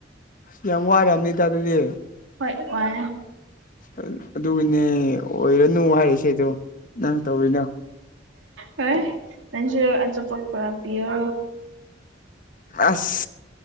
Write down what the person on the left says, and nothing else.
ꯑꯁ ꯌꯥꯝ ꯋꯥꯔꯝꯅꯤꯗ ꯑꯗꯨꯗꯤ
ꯑꯥ ꯑꯗꯨꯒꯤꯅꯦ ꯑꯣꯏꯔꯅꯨ ꯍꯥꯏꯔꯤꯁꯦ ꯑꯗꯣ ꯅꯪ ꯇꯧꯔꯤꯗꯣ
ꯑꯁ